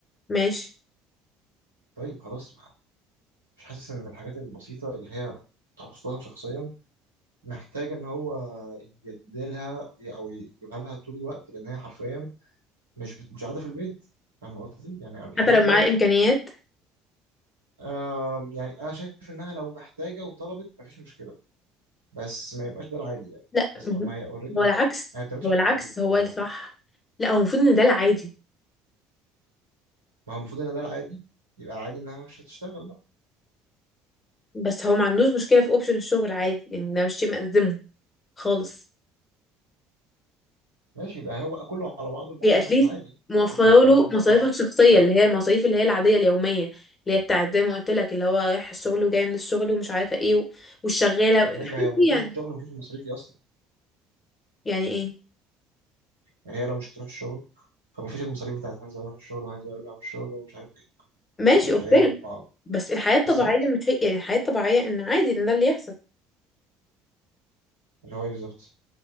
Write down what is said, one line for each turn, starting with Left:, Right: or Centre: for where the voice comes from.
Left: ماشي
Right: طيب خلاص ما- مش حاسس ان الحاجات البسيطة اللي هي تخصها شخصيا محتاجة ان هو يديلها او يجيبها لها طول الوقت لان هي حرفيا مش بت- مش قاعدة في البيت فاهم قصدي يعني الحاجات
Left: حتى لو
Right: ديت
Left: معاه إمكانيات
Right: آم، يعني انا شايف انها لو محتاجة وطلبت مفيش مشكلة بس ما يبقاش ده العادي يعني
Left: لا
Right: حاسس
Left: مهم.
Right: طب ما هي اوريدي
Left: هو
Right: ما
Left: العكس
Right: ما بتعملش
Left: هو
Right: حاجة
Left: العكس
Right: في البيت
Left: هو
Right: فاهم
Left: الصح
Right: قصدي
Left: لا هو المفروض إن ده العادي
Right: ما هو المفروض ان ده العادي يبقى العادي انها مش هتشتغل بقى
Left: بس هو ما عندوش مشكلة في أوبشن الشغل عادي يعني ده مش شيء مأزمه خالص
Right: ماشي يبقى هو بقى كله على بعضه الموضوع
Left: هي اتليست
Right: مش العادي
Left: موفره
Right: او كله على بعضه
Left: له
Right: الموضوع
Left: مصاريفك الشخصيه
Right: آه،
Left: اللي هي المصاريف اللي هي العاديه اليوميه اللي هي بتاعت زي ما قلت لك اللي هو رايح الشغل وجاي من الشغل ومش عارفه ايه و- والشغاله الحاجات
Right: طب ماشي ما هي لو ما
Left: دي
Right: بتروحش
Left: يعني
Right: الشغل مفيش المصاريف دي اصلا
Left: يعني ايه
Right: يعني هي لو مش هتروح الشغل فمفيش المصاريف بتاعت هنزل اروح الشغل وهنزل ارجع من الشغل ومش عارف ايه
Left: ماشي
Right: يعني
Left: اوكي
Right: فهي ما-
Left: بس الحياه الطبيعيه
Right: بالظبط
Left: مش هي يعني الحياه الطبيعيه ان عادي ان ده اللي يحصل
Right: اللي هو ايه بالظبط